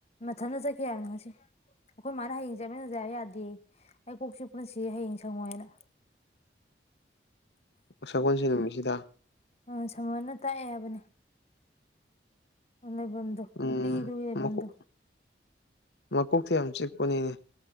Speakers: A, on the left; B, on the left.
A: ꯃꯊꯟꯇ ꯆꯠꯈꯤ ꯍꯥꯏꯕꯅꯤ ꯉꯁꯤ ꯑꯩꯈꯣꯏ ꯃꯥꯅ ꯍꯌꯦꯡ ꯆꯠꯃꯤꯟꯅꯖꯕ ꯌꯥꯗꯦ ꯑꯩ ꯀꯣꯛꯁꯤ ꯄꯨꯟꯁꯤ ꯍꯌꯦꯡ ꯁꯪꯉꯣꯏꯅ
B: ꯁꯒꯣꯜꯁꯤ ꯅꯨꯃꯤꯠꯁꯤꯗ
A: ꯑ ꯁꯃꯅ ꯇꯥꯛꯑꯦ ꯍꯥꯏꯕꯅꯦ ꯂꯩꯐꯝꯗꯣ
B: ꯎꯝ
A: ꯅꯨꯄꯤꯗꯨꯒꯤ ꯂꯩꯐꯝꯗꯣ
B: ꯃꯀꯣꯛ ꯃꯀꯣꯛꯇꯤ ꯌꯥꯝ ꯆꯤꯛꯄꯅꯤꯅꯦ